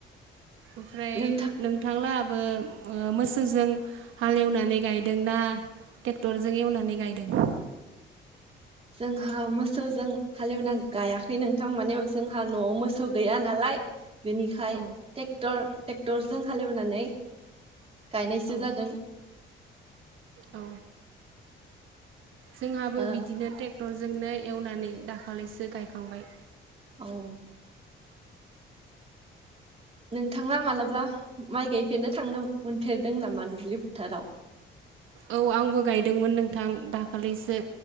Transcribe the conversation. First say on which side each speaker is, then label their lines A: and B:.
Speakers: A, on the right (about 85°); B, on the right (about 30°).
A: ओमफ्राय
B: नोंथां
A: नोंथांला मो ओ मोसौजों हालेवनानै गायदों ना ट्रेक्टरजों एवनानै गायदों?
B: जोंहा मोसौजों हालेवना गायाखै नोंथां माने जोंहा नआव मोसौ गैया नालाय बेनिखाय
A: औ
B: ट्रेक्टर ट्रेक्टरजों हालेवनानै गायनायसो
A: औ
B: जादों
A: औ जोंहाबो
B: ओ
A: बिदिनो ट्रेक्टर जोंनो एवनानै दाखालिसो गायखांबाय
B: औ नोंथाङा मालाबा माइ गायफेरनो थांनो मोनफेरदों नामा दुब्लि फोथाराव?
A: औ आंबो गायदोंमोन नोंथां दाखालिसो